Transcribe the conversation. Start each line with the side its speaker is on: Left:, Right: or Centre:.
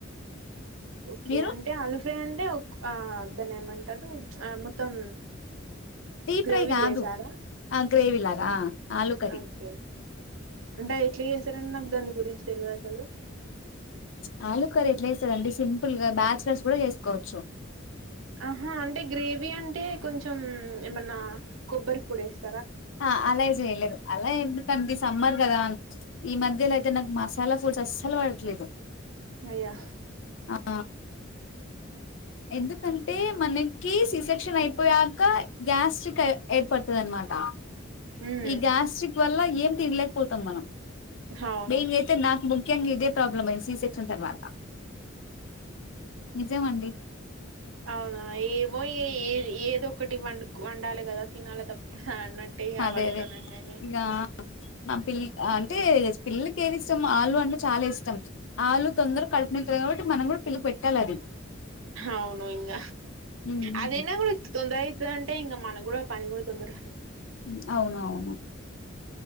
Right: ఓకే
Left: మీరు
Right: అంటే అలోచ్ లేదంటే ఒక్ ఆ దాన్నే మంటారు మొత్తం
Left: డీ
Right: గ్రేవీ
Left: ఫ్రైగాదు
Right: చేసారా
Left: ఆ గ్రేవి లాగా ఆ ఆలు కర్రీ
Right: ఓకే అంటే ఎట్లా చేస్తారండి నాకు దాని గురించి తెలువదు అసలు
Left: చ్ ఆలు కర్రీ ఎట్లా జేస్తారంటే సింపుల్ గా బ్యాచలర్స్ గూడ జేసుకోవచ్చు
Right: ఆహా అంటే గ్రేవీ అంటే కొంచెం ఏమన్నా కొబ్బరి పొడస్
Left: ఆ అలా ఏం చేయలేమ్మ్ అలా ఎందుకంటే సమ్మర్ కదా ఈ మధ్యలైయితే నాకు మసాలా ఫుడ్స్ అస్సలు పడట్లేదు
Right: అయ్యా
Left: ఆ ఎందుకంటే మనకి సీసెక్షన్ అయిపోయాక గ్యాస్ట్రిక్ ఏర్పడుతది అనమాట
Right: ఉమ్
Left: ఈ గ్యాస్ట్రిక్ వల్ల ఏ తినలేకపోతాం మనం
Right: అవును.
Left: బెయింగ్ అయితే నా ముగ్ ఇంకేం ఇదే ప్రాబ్లమ్మయది స సి సెక్షన్ తర్వాత నిజం అండి
Right: అవునా ఏమో ఏ ఏ ఏదో ఒకటి వండుకో వండాలే గదా తినాలే తప్పత హా అన్నటే ఇగా
Left: అదే
Right: వండుతున్న
Left: అదే
Right: ఇగ ఏమీ
Left: ఇక నా పిల్ అంటే పిల్లలకి ఏది ఇష్టం ఆలు అంటే చాలా ఇష్టం. ఆలు తొందరగా కడుపు నిండుతాది కాబట్టి, మనం కూడా పిల్ల పెట్టాలి అది.
Right: అవును ఇంగ
Left: హ్మ్ హ్మ్.
Right: అదేనా కూడా ఇంత తొందర ఇతుద అంటే ఇంగ మన కూడా పని కూడా తొందర
Left: ఉమ్ అవునవును